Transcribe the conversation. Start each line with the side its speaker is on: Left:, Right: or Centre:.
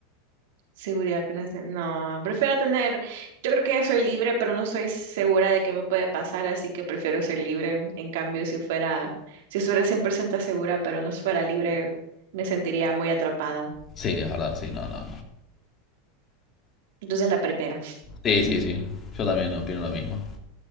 Right: Seguridad apenas No, prefiero tener, yo creo que ya soy libre, pero no soy segura de qué me puede pasar, así que prefiero ser libre. En cambio, si fuera, si estuviera 100% segura, pero no fuera libre, me sentiría muy atrapada.
Left: Sí, es verdad, sí, no, no.
Right: Entonces, la primera.
Left: Sí, sí, sí. Yo también opino lo mismo.